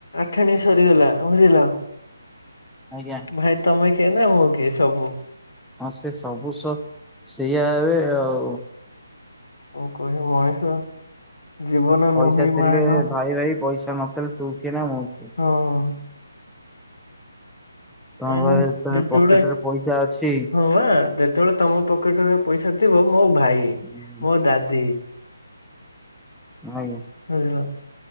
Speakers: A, on the left; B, in the centre.
A: ଠାଣି ସରିଗଲା ବୁଝିଲ?
B: ଆଜ୍ଞା
A: ଭାଇ ତମେ କିଏ ନା ମୁଁ କିଏ ସବୁ।
B: ହଁ ସେ ସବୁ ସ ସେଇଆ ଏବେ ଆଉ।
A: କଣ କହିବୁ ମଣିଷ। ଜୀବନ
B: ପଇସା
A: ନୁହେଁ
B: ଥିଲେ
A: ମା ଲୋ
B: ଭାଇ ଭାଇ ପଇସା ନଥିଲେ ତୁ କିଏ ନା ମୁଁ କିଏ।
A: ହଁ।
B: ତମ
A: ଆ
B: ଘରେ ଯେତେବେଳେ
A: ଯେତେ
B: ପକେଟରେ
A: ଗୁଡେ,
B: ପଇସା ଅଛି
A: ହଁ ବା ଯେ ଯେତବଳେ ତମ ପକେଟେ ରେ ପଇସା ଥିବ ମୋ ଭାଇ।
B: ହୁଁ।
A: ମୋ ଦାଦି।
B: ଆଜ୍ଞା।
A: ହାଲୋ।